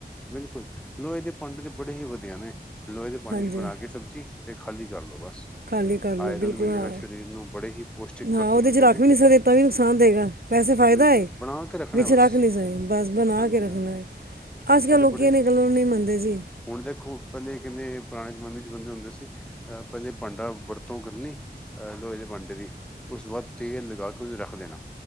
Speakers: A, in the centre; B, on the right.
A: ਬਿਲਕੁਲ ਲੋਹੇ ਦੇ ਭਾਂਡੇ ਤੇ ਬੜੇ ਹੀ ਵਧੀਆ ਨੇ। ਲੋਹੇ ਦੇ ਭਾਂਡੇ
B: ਹਾਂਜੀ
A: ਚ ਬਣਾ ਕੇ ਸਬਜ਼ੀ ਤੇ ਖਾਲੀ ਕਰ ਲੋ ਬਸ।
B: ਖਾਲੀ ਕਰ ਲੋ
A: ਆਇਰਨ
B: ਬਿਲਕੁਲ
A: ਮਿਲੇਗਾ
B: ਹਾਂ,
A: ਸਰੀਰ ਨੂੰ ਬੜੇ ਹੀ ਪੌਸ਼ਟਿਕ
B: ਹਾਂ
A: ਤੱਤ
B: ਉਹਦੇ
A: ਮਿਲਦੇ
B: ਚ ਰੱਖ
A: ਨੇ
B: ਵੀ ਨਹੀ ਸਕਦੇ ਤਾਂ ਵੀ ਨੁਕਸਾਨ ਦਏਗਾ। ਵੈਸੇ ਫਾਇਦਾ
A: ਬਿਲਕੁਲ
B: ਏ,
A: ਬਣਾ ਕੇ ਰੱਖਣਾ
B: ਵਿੱਚ
A: ਬਸ
B: ਰੱਖ ਨਹੀ ਸਕਦੇ। ਬਸ ਬਣਾ
A: ਹਾਂਜੀ
B: ਕੇ ਰੱਖਣਾ,
A: ਹਾਂਜੀ
B: ਅੱਜ-ਕੱਲ
A: ਤੇ
B: ਲੋਕੀ
A: ਬੜੇ
B: ਇਹ
A: ਹੀ
B: ਨੇ ਗੱਲਾਂ ਨੂੰ ਨਹੀ ਮੰਨਦੇ ਜੀ।
A: ਹੁਣ ਦੇਖੋ ਪਹਿਲੇ ਕਹਿੰਦੇ ਪੁਰਾਣੇ ਜਮਾਨੇ ਚ ਬੰਦੇ ਹੁੰਦੇ ਸੀ ਅ ਪਹਿਲੇ ਭਾਂਡਾ ਵਰਤੋਂ ਕਰਨੀ- ਅ ਲੋਹੇ ਦੇ ਭਾਂਡੇ ਦੀ, ਉਸ ਤੋਂ ਬਾਅਦ ਤੇਲ ਲਗਾ ਕੇ ਰੱਖ ਦੇਣਾ